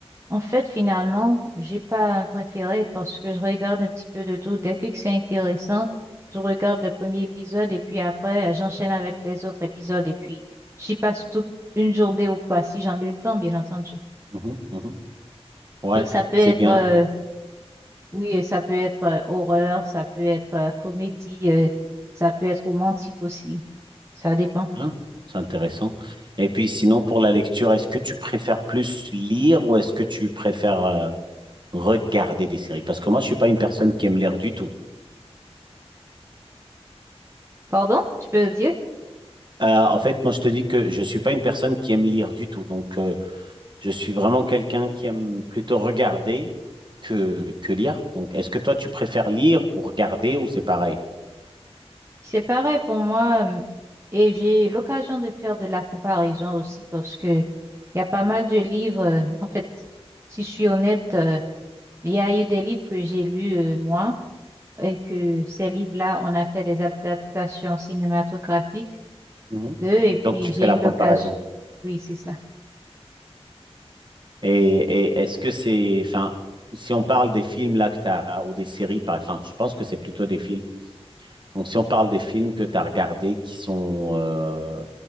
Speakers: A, on the right (about 25°); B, on the right (about 45°).
A: en fait, finalement, j'ai pas un préféré parce que je regarde un petit peu de tout. Dès que c'est intéressant, je regarde le premier épisode et puis après, j'enchaîne avec les autres épisodes et puis j'y passe toute une journée ou quoi, si j'en ai le temps, bien entendu.
B: Mhm, mhm. Ouais,
A: Donc, ça peut
B: c'est
A: être,
B: bien.
A: euh, oui, euh, ça peut être euh, horreur, ça peut être euh, comédie, euh, ça peut être romantique aussi. Ça dépend.
B: Ah, c'est intéressant. Et puis sinon, pour la lecture, est-ce que tu préfères plus lire ou est-ce que tu préfères euh, regarder des séries? Parce que moi, je suis pas une personne qui aime lire du tout.
A: Pardon, tu peux dire?
B: Euh, en fait, moi, je te dis que je suis pas une personne qui aime lire du tout. Donc, euh, je suis vraiment quelqu'un qui aime plutôt regarder que, que lire. Donc, est-ce que toi, tu préfères lire ou regarder ou c'est pareil?
A: C'est pareil pour moi hum, et j'ai eu l'occasion de faire de la comparaison aussi parce que il y a pas mal de livres. euh, En fait, si je suis honnête, euh, il y a eu des livres que j'ai lus euh, moi et que ces livres-là, on a fait des adaptations cinématographiques
B: Mhm.
A: d'eux et puis
B: Donc, tu
A: j'ai
B: fais la
A: eu
B: comparaison.
A: l'occasion. Oui, c'est ça.
B: Et, et est-ce que c'est, enfin, si on parle des films là que t'as, ou des séries, par, enfin, je pense que c'est plutôt des films. Donc, si on parle des films que tu as regardés qui sont, euh,